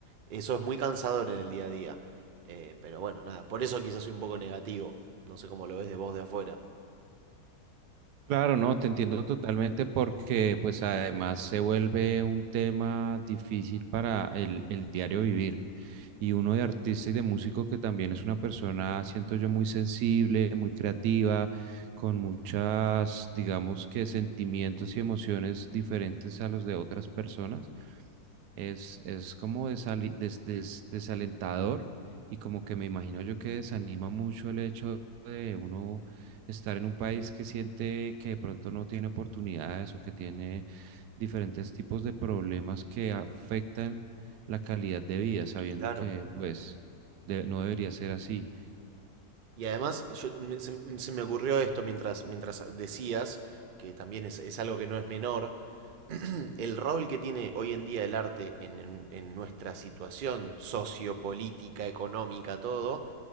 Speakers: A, on the right (about 65°); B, on the right (about 85°).
A: Eso es muy cansador en el día a día. Eh, pero bueno, nada, por eso quizás soy un poco negativo. No sé cómo lo ves de vos de afuera.
B: Claro, no, te entiendo totalmente porque pues además se vuelve un tema difícil para el, el diario vivir. Y uno de artista y de músico que también es una persona, siento yo, muy sensible, muy creativa, con muchas, digamos que sentimientos y emociones diferentes a los de otras personas. Es, es como desali- des- des- desalentador y como que me imagino yo que desanima mucho el hecho de uno estar en un país que siente que de pronto no tiene oportunidades o que tiene diferentes tipos de problemas que afectan la calidad de vida, sabiendo
A: Claro.
B: que pues de- no debería ser así.
A: Y además, yo, me- se, se me ocurrió esto mientras, mientras decías, que también es, es algo que no es menor, el rol que tiene hoy en día el arte en, en- en nuestra situación sociopolítica, económica, todo,